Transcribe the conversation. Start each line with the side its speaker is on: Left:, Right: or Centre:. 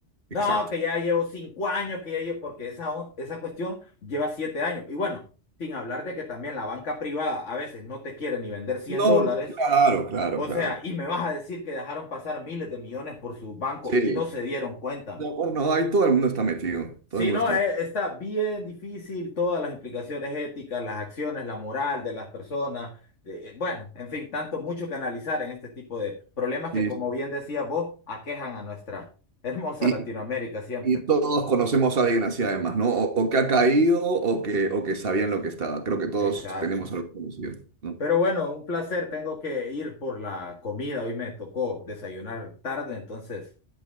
Right: Exacto.
Left: No, que ya llevo cinco años, que ya llevo, porque esa, on- esa cuestión lleva siete años. Y bueno, sin hablar de que también la banca privada a veces no te quiere ni vender cien
Right: No,
Left: dólares
Right: claro, claro,
Left: o
Right: claro.
Left: sea, y me vas a decir que dejaron pasar miles de millones por su banco
Right: Sí,
Left: y no se dieron cuenta.
Right: No, acuerdo, no, ahí todo el mundo está metido,
Left: Sí,
Right: todo el mundo
Left: no,
Right: está
Left: eh,
Right: metido.
Left: está bien difícil todas las implicaciones éticas, las acciones, la moral de las personas. eh, bueno, en fin, tanto mucho que analizar en este tipo de problemas que,
Right: Sí,
Left: como
Right: sí.
Left: bien decías vos, aquejan a nuestra <laughs> hermosa
Right: Y,
Left: Latinoamérica siempre.
Right: y todos conocemos a alguien así además, ¿no? O, o que ha caído o que, o que sabían lo que estaba. Creo que todos
Left: Exacto.
Right: tenemos algo conocido, ¿no?
Left: Pero bueno, un placer. Tengo que ir por la comida. Hoy me tocó desayunar tarde, entonces